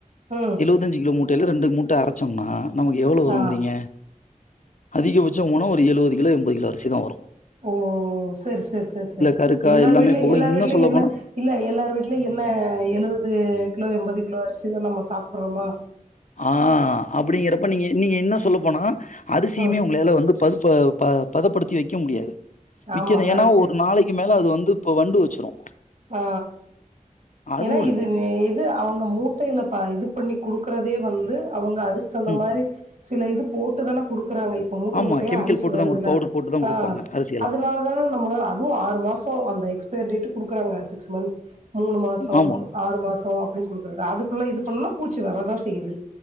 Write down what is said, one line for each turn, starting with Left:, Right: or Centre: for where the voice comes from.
Right: ம்
Left: எழவத்தஞ்சு கிலோ மூ ட்டைல ரெண்டு மூட்ட அரச்சோம்னா நமக்கு எவ்ளோ வருங்றீங்க
Right: ஆ
Left: அதிகபட்சொ வோனா ஒரு எழுவது கிலோ எம்பது கிலோ அரிசிதா வரு
Right: ஓ செர் செர் செர் செர்
Left: கருக்கா
Right: எல்லார்
Left: எல்லாமே
Right: வீட்லயு
Left: போக
Right: எல்லார்
Left: இன்னும்
Right: வீட்லயு
Left: சொல்லப்போனா
Right: என்ன இல்ல எல்லார் வீட்லயு என் ன எழுவது கிலோ எம்பது கிலோ அரிசிதா நம்ம சாப்புர்றோமா
Left: ஆ அப்புடிங்கிறப்ப நீங்க நீங்க இன்ன சொல்ல போனா அரிசியுமே
Right: ம்
Left: உங்ளால வந்து பதுப்ப ப பதப்படுத்தி வக்க முடியாது
Right: ஆமா
Left: விக்கனு ஏனா
Right: கரெக்ட்டு
Left: ஒரு நாளைக்கு மேல அது வந்து ப்ப வண்டு வச்சுரு
Right: ஆ
Left: அதுவும்
Right: ஏனா
Left: இருக்கு.
Right: இது இது அவுங்க மூட்டைல ப இது பண்ணி குடுக்குறதே வந்து அவங்க அதுக்குதந்த
Left: ம்.
Right: மாரி சில இது போட்டுதான குடுக்குறாங்க இப்ப மூட்ட
Left: ஆமா.
Right: மூட்டயா
Left: கெமிக்கல்
Right: அரிசி
Left: போட்டு
Right: வருதுல
Left: தான் குடு பவுடர் போட்டு தான்
Right: ஆ
Left: குடுப்பாங்க அரிசியெல்லாம்.
Right: அதுனால தான நம்மள அதுவு ஆறு மாசொ அந்த எக்ஸ்பைரி டேட்டுகுடு ஆ சிக்ஸ் மந்த் மூணு மாசம்
Left: ஆமா.
Right: ஆறு மாசொ அப்படின்னு கொடுக்குறது அதுக்குள்ளாம் இது பண்ணலாம் பச்சி வரதான் செய்யூது